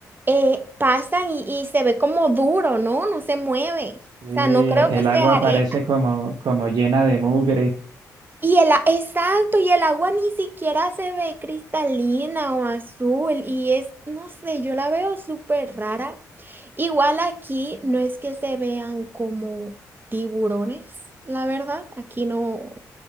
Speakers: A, on the right (about 25°); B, on the right (about 60°).
A: eh, pasan y, y se ve como duro, ¿no? No se mueve.
B: Sí,
A: O
B: el
A: sea, no creo que sea
B: agua
A: arena.
B: parece como, como llena de mugre.
A: Y el, a- exacto, y el agua ni siquiera se ve cristalina o azul y es, no sé, yo la veo súper rara. Igual aquí no es que se vean como tiburones, la verdad, aquí no.